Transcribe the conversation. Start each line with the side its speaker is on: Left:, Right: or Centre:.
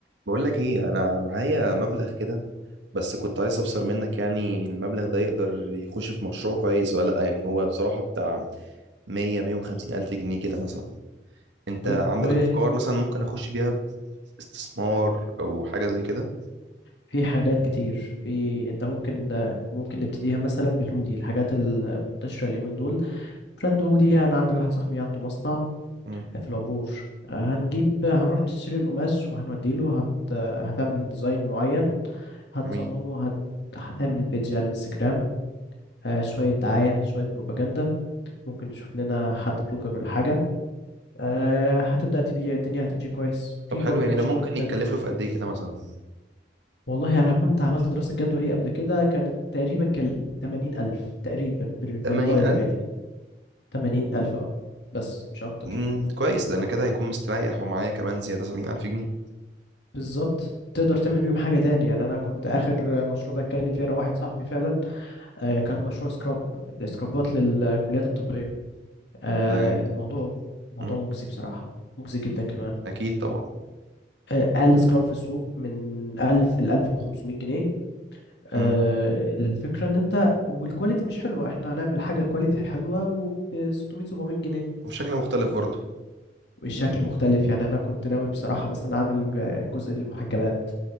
Right: بقول لك ايه انا معايا مبلغ كده بس كنت عايز افسر منك يعني المبلغ ده يقدر يخش في مشروع كويس ولا لا يعني هو بصراحة بتاع 100 150 الف جنيه كده مثلا انت
Left: طيب
Right: عندك
Left: كويس
Right: افكار مثلا ممكن اخش بيها استثمار او حاجة زي كده
Left: في حاجات كتير في انت ممكن ممكن نبتديها مثلا بالهودي الحاجات المنتشرة اليومين دول براند هودي انا عندي واحد صاحبي عنده مصنع
Right: امم
Left: في العبور آه، هنجيب هنروح نشتري القماش وهنوديله هت... هتعمل ديزاين معين هتصممه
Right: جميل
Left: هت... هتعمل بيدج على الانستجرام آه، شوية دعاية شوية بروباجندا ممكن نشوف لنا حد بلوجر ولا حاجة آه، هتبدأ تبيع الدنيا هتمشي كويس
Right: طب
Left: في
Right: حلو
Left: برضه
Right: يعني
Left: مشروع
Right: ده ممكن
Left: تاني
Right: يتكلف له في قد ايه كده مثلا
Left: والله أنا كنت عملت دراسة جدوى ليه قبل كده كانت تقريبا كان 80 ألف تقريبا بال- باللايم
Right: 80 الف
Left: يعني 80 ألف أه بس مش أكتر
Right: امم كويس ده انا كده هيكون مستريح ومعايا كمان زيادة 70 الف جنيه
Left: بالظبط تقدر تعمل بيهم حاجة تاني يعني أنا كنت آخر مشروع بتكلم فيه أنا واحد صاحبي فعلا آه كان مشروع سكراب السكرابات للكليات الطبية آه
Right: ده جميل
Left: الموضوع موضوع
Right: امم
Left: مجزي بصراحة مجزي جدا كمان
Right: اكيد طبعا
Left: آه أقل سكراب في السوق من 1000 ل 1500 جنيه آه،
Right: امم
Left: الفكرة ان انت والكواليتي مش حلوة احنا هنعمل حاجة كواليتي حلوة وب 600 700 جنيه
Right: وبشكل مختلف برضه
Left: والشكل مختلف يعني انا كنت ناوي بصراحة مثلا اعمل آه، جزء للمحجبات